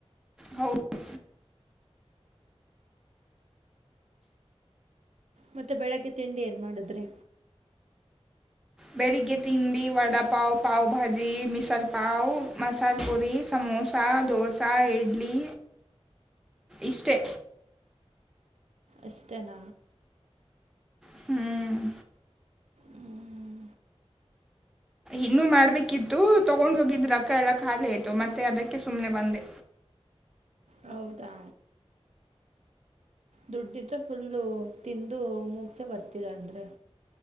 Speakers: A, in the centre; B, on the right (about 80°).
A: ಹೌದು
B: ಮತ್ತೆ ಬೆಳಗ್ಗೆ ತಿಂಡಿ ಏನ್ ಮಾಡಿದ್ರೆ
A: ಬೆಳಿಗ್ಗೆ ತಿಂಡಿ ವಡಪಾವ್ ಪಾವ್ ಭಾಜಿ ಮಿಸಲ್ಪಾವ್ ಮಸಾಲೆ ಪುರಿ ಸಮೋಸ ದೋಸಾ ಇಡ್ಲಿ ಇಷ್ಟೇ
B: ಅಷ್ಟ ತನ್ನ
A: ಹ್ಮ್
B: ಹ್ಮ್
A: ಇನ್ನುೂ ಮಾಡ್ಬೇಕಿತ್ತು ತಗೊಂಡ್ ಹೋಗಿದ್್ರಕ್ಕ ಎಲ್ಲ ಖಾಲಿ ಆಯ್ತು ಮತ್ತೆ ಅದಕ್ಕೆ ಸುಮ್ಮ್ನೆ ಬಂದೆ
B: ಹೌದಾ ದುಡ್ಡಿದ್ರೆ ಫುಲ್ಲು ತಿಂದು ಮುಗಸ ಬರ್ತೀರ ಅಂದ್ರೆ